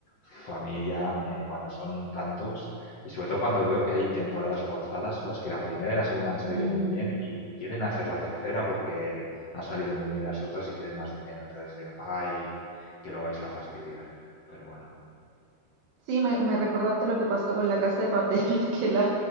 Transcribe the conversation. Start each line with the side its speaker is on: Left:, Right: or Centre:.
Left: uf, a mí ya me, cuando son tantos, y sobre todo cuando veo que hay temporadas forzadas, ¿sabes? Que la primera y la segunda han salido
Right: Mm,
Left: muy bien y quieren hacer la tercera porque han salido muy bien las otras y quieren más dinero. Entonces digo, ay, que lo vais a fastidiar. Pero bueno,
Right: sí, me, me recordaste lo que pasó con La Casa de Papel, <laughs> que la,